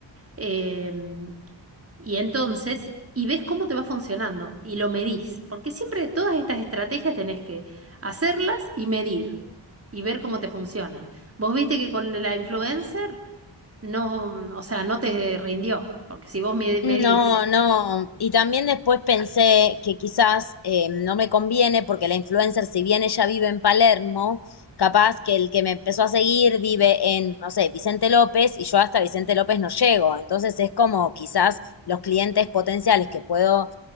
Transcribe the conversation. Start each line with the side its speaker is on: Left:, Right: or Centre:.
Right: Em, y entonces, y ves cómo te va funcionando y lo medís. Porque siempre todas estas estrategias tenés que hacerlas y medir y ver cómo te funcionan. ¿Vos viste que con la influencer? No, mm, o sea, no te rindió, porque si vos me, medís,
Left: No, no. Y también después pensé que quizás eh, no me conviene porque la influencer, si bien ella vive en Palermo, capaz que el que me empezó a seguir vive en, no sé, Vicente López y yo hasta Vicente López no llego. Entonces es como quizás los clientes potenciales que puedo